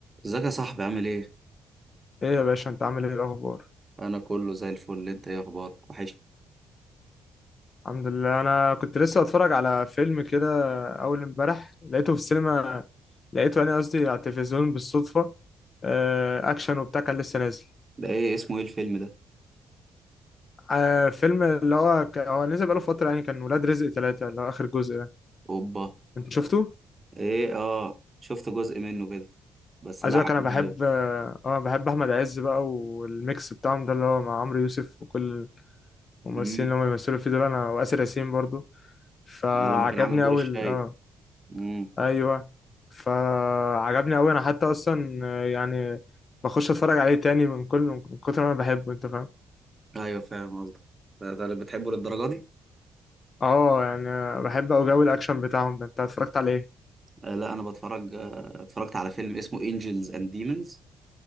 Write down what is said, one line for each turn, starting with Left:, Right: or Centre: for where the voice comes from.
Right: ازيك يا صاحبي عامل ايه؟
Left: ايه يا باشا انت عامل ايه الاخبار
Right: انا كله زي الفل انت ايه اخبارك؟ وحش
Left: الحمد لله انا كنت لسه بتفرج على فيلم كده اول امبارح لقيته في السينما لقيته انا قصدي على التلفزيون بالصدفه آه، اكشن وبتاع كان لسه نازل
Right: ده ايه اسمه ايه الفيلم ده؟
Left: آه، فيلم اللي هو ك... هو نزل بقاله فتره يعني كان ولاد رزق ثلاثة اللي هو اخر جزء ده
Right: اوبا
Left: انت شفته
Right: ايه اه شفت جزء منه كده بس
Left: عايز
Right: لا
Left: اقولك
Right: عجبني
Left: انا بحب
Right: اوي
Left: اه آه، بحب احمد عز بقى والميكس بتاعهم ده اللي هو مع عمرو يوسف وكل الممثلين
Right: امم
Left: اللي هم بيمثلوا فيه دول انا واسر ياسين برضو فعجبني
Right: لما كان عامل دور
Left: قوي
Right: الشايب
Left: اه
Right: امم
Left: ايوه فعجبني قوي انا حتى اصلا آه، يعني بخش اتفرج عليه تاني من كل من كتر ما انا بحبه انت فاهم
Right: ايوه فاهم قصدك ده ده اللي بتحبه للدرجه دي؟
Left: اه يعني آه، بحب اوي جو الاكشن بتاعهم ده انت اتفرجت عليه ايه
Right: آه لا انا بتفرج آه اتفرجت على فيلم اسمه انجلز اند ديمونز